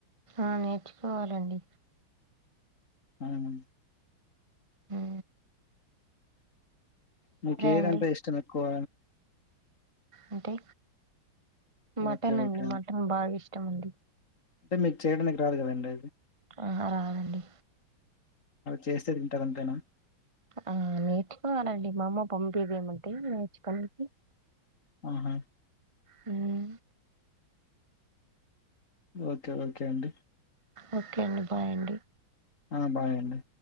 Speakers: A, on the right; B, on the left.
A: ఆ నేర్చుకోవాలి అండి
B: అవున
A: హ్మ
B: మీకు ఏది
A: అండి
B: అంటే ఇష్టం ఎక్కువ
A: అంటే మటన్
B: ఓకే ఓకే
A: అండి మటన్ బాగా ఇష్టం అండి
B: అంటే మీకు చేయడానికి ఏం రాదు కదా అండి
A: అవును అండి
B: చేస్తే తింటారు అంతేనా
A: ఆ నేర్చుకోవాలి అండి మా అమ్మ పంపియమంటే నేర్చుకోవడానికి
B: ఆహా
A: హ్మ
B: ఓకే ఓకే అండి
A: ఓకే అండి బాయ్ అండి
B: ఆ బాయ్ అండి